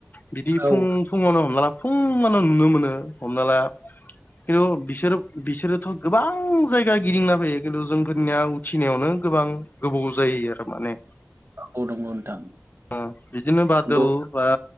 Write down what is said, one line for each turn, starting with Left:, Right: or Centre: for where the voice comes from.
Left: बिदि
Right: औ
Left: फुं फुङावनो हमना ला फुङावनो नुनो मोनो हमना ला खिन्थु बिसोर बिसोरो। थ' गोबां जायगा गिदिंना फैयो खिन्तु जोंफोरनिया उथिनायावनो गोबां गोबाव जायो आरो माने <inaudible>
Right: औ नंगौ नोंथां
Left: अ बिदिनो
Right: नंगौ
Left: बादोल बा